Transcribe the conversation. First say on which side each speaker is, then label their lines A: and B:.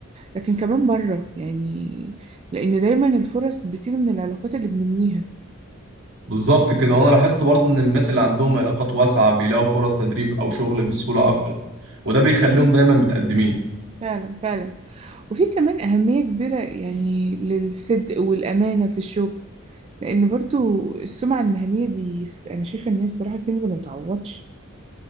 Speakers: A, on the right (about 30°); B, on the right (about 60°).
A: لكن كمان بره يعني لأن دايما الفرص بتيجي من العلاقات اللي بنبنيها
B: بالظبط كده وأنا لاحظت برضه إن الناس اللي عندهم علاقات واسعة بيلاقوا فرص تدريب أو شغل بسهولة أكتر وده بيخليهم دايما متقدمين
A: فعلا فعلا وفي كمان أهمية كبيرة يعني للصدق والأمانة في الشغل لأن برضو السمعة المهنية دي س- أنا شايفة إن هي الصراحة كنز ما يتعوضش